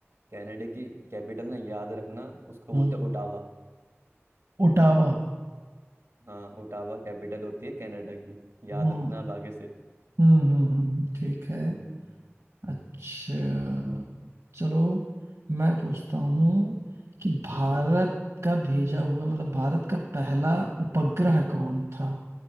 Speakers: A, on the right; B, on the right.
A: कनाडा की कैपिटल ना याद रखना उसको
B: हम्म
A: बोलते हैं ओटावा
B: ओटावा
A: हाँ ओटावा कैपिटल होती है कनाडा की याद
B: हम्म
A: रखना
B: हम्म
A: अब आगे से
B: हम्म हम्म, हम्म, ठीक है
A: हम्म,
B: अच्छा
A: हम्म,
B: चलो मैं पूछता हूँ
A: हम्म,
B: कि भारत
A: पूछो
B: का भेजा हुआ मतलब भारत का पहला उपग्रह कौन था